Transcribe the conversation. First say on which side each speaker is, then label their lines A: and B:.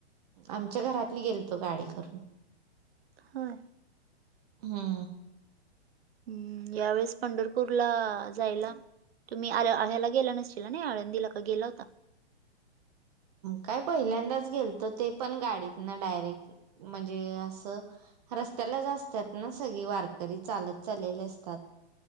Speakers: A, on the right (about 35°); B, on the right (about 60°).
A: आमच्या घरातली गेलतो गाडी करून.
B: हय.
A: हा.
B: हम्म यावेेळेस पंढरपूरला जायला तुम्ही आ आळ्याला गेला नस. नाही आळ दिला का गेला होता.
A: काय पहिल्यांदाच गेलत ते पण गाडीत ना डायरेक्ट म्हणजे असं. रस्त्याला जा असतात ना सगळी वारकरी चालत चाललेले असतात